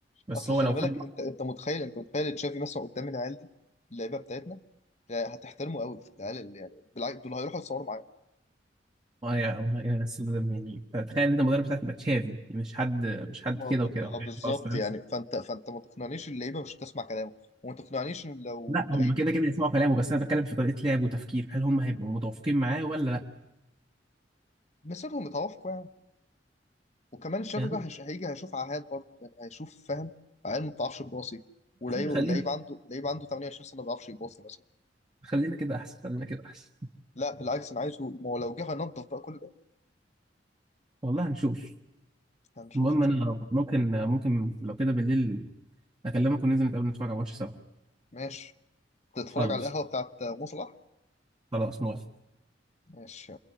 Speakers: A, on the right (about 25°); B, on the left (about 40°).
A: بس
B: اصل
A: هو
B: خلي
A: لو
B: بالك
A: خد لقطة
B: انت انت متخيل انت متخيل تشافي مثلا قدام العيال دي اللعيبه بتاعتنا لا، هتحترمه قوي العيال اللي يعني بالعكس دول هيروحوا يتصوروا معاه
A: آه يا آه يا أستاذ ده يعني تخيل انت المدرب بتاعك يبقى تشافي مش حد مش حد
B: ما
A: كده
B: ب-
A: وكده
B: ما بالظبط
A: يعني خلاص فاهم
B: يعني فانت فانت ما تقنعنيش اللعيبه مش هتسمع كلامه وما تقنعنيش ان لو
A: لا
B: اللعيب
A: هم كده كده يسمعوا كلامه بس انا بتكلم في طريقة لعب وتفكير هل هم هيبقوا متوافقين معاه ولا لا
B: مسيرهم متوافقه يعني وكمان الشافي
A: يعني
B: بقى هيش- هيجي هيشوف عهاد برضه يعني هيشوف فاهم عيال ما بتعرفش تباصي ولعيب
A: خلينا
B: لعيب عنده لعيب عنده 28 سنه ما بيعرفش يباصي مثلا
A: خلينا كده احسن خلينا كده احسن
B: لا بالعكس انا عايزه ما هو لو جه هينضف بقى كل ده
A: والله هنشوف
B: هنشوف
A: المهم
B: ان شاء
A: انا
B: الله
A: ممكن ممكن لو كده بالليل اكلمك وننزل نتقابل نتفرج على ماتش سوا
B: ماشي تتفرج
A: خلاص
B: على القهوه بتاعت مصلح
A: خلاص موافق
B: ماشي